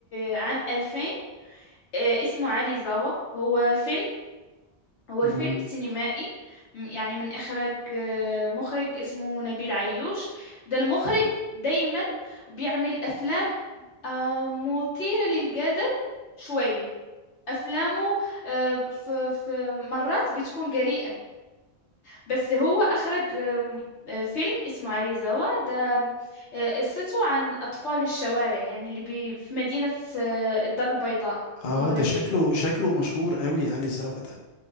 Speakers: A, on the left; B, on the left.
A: عام 2000 آه، اسمه علي زوا هو فيلم هو فيلم
B: مم.
A: سينمائي م- يعني من إخراج آه، مخرج اسمه نبيل عيوش ده المخرج دايما بيعمل أفلام آه، مثيرة للجدل شوية أفلامه آه، ف- ف- مرات بتكون جريئة بس هو أخرج آم، آه، فيلم اسمه علي زوا ده آه، قصته عن أطفال الشوارع يعني اللي بي في مدينة آه، الدار البيضاء
B: اه
A: المغربية
B: ده شكله شكله مشهور قوي علي زوا ده